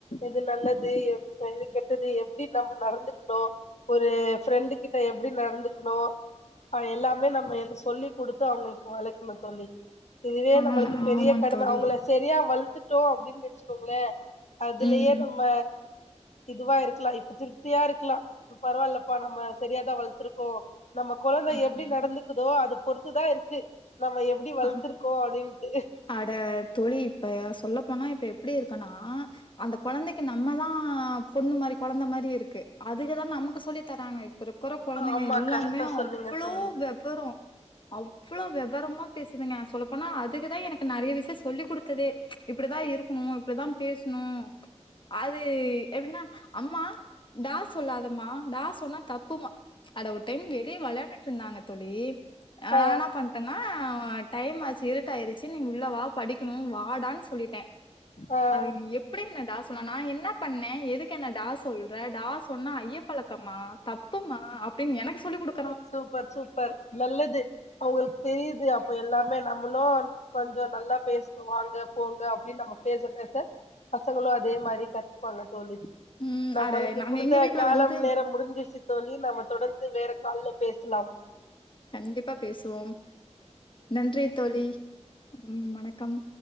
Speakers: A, on the left; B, on the left.
A: எது நல்லது எப் எது கெட்டது எப்டி நம்ப நடந்து டோ ஒரு ஃப்ரெண்டு கிட்ட எப்பிடி நடந்துக்கணு அ எல்லாமே நம்ம என்ன சொல்லி குடுத்து அவங்களுக்கு வளக்கணு தோழி இதுவே
B: ஆமா
A: நம்மளுக்கு பெரிய
B: ஆமாங்க
A: கடம
B: தோழி
A: அவ்ங்கள செரியா வள்த்துட்டோ அப்டின் வெச்சுக்கோங்களே அதுலெயே
B: ம்
A: நம்ம இதுவா இருக்லா இப்ப திருப்தியா இருக்லா பரவாயில்லப்பா நம்ம செரியாதா வளத்துருக்கோ நம்ம கொழந்த
B: ம்
A: எப்டி நடந்துக்குதோ அது பொறுத்துதா இருக்கு நம்ம எப்டி வளத்துரு
B: ஆ
A: கோ அப்டின்ட்டு
B: அட தோழி இப்ப சொல்லப்போனா இப்ப எப்பிடி இருக்கனா அந்த கொழந்தெக்கு நம்மதா பொண்ணு மாரி கொழந்த மாரி இருக்கு அதுகதா நமக்கு சொல்லி தராங்க ப்பருக்குற கொழந்தெங்க
A: ஆமா
B: எல்லாமே
A: கரெக்டா சொன்னீங்க
B: அவ்ளோ
A: தோழி
B: வெ வரொ அவ்ளோ வெவரமா பேசுதுங்க சொல்லப்போனா அதுகதா எனக்கு நறையா விஷ்யோ சொல்லி குடுத்ததே இப்டிதா இருக்குணு இப்டிதா பேசுணு அது எப்டின்னா அம்மா டா சொல்லாதமா டா சொன்னா தப்புமா அட ஒரு டைம் வெளிய வெளயாண்டுட்டு இருந்தாங்க தோழி நா
A: ஆ
B: என்ன பண்ட்டன்னா டைம் ஆச்சு இருட்டாயி னு உள்ளவா படிக்குணு வாடானு சொல்லிட்டே
A: ஆ
B: அது நீ எ எப்டி என்ன டா சொன்ன நா என்ன பண்ணே எதுக்கு என்ன டா சொல்ற டா சொன்னா ஐயப்பழக்கம்மா தப் பும்மா அப்டின்னு எனக்கு சொல்லி குடு
A: சூப்பர் சூப்பர் நல்லது அவ்ங்களுக்கு தெரியுது அப்ப எல்லாமே நம்மளு அ கொஞ்சொ நல்லா பேசுனு வாங்க போங்க அப்டின்னு நம்ம பேச பேச பசங்களு அதே மாரி கத்ப்பாங்க தோழி
B: ம்
A: நம்மளுக்கு
B: அட நாங்க
A: குடுத்த
B: எங்க வீட்ல
A: காலம்
B: வந்து
A: நேரம் முடுஞ்சுருச்சு தோழி நம்ம தொடர்ந்து வேற கால்ல பேசலாம்
B: கண்டிப்பா பேசுவோம் நன்றி தோழி ம் வணக்கம்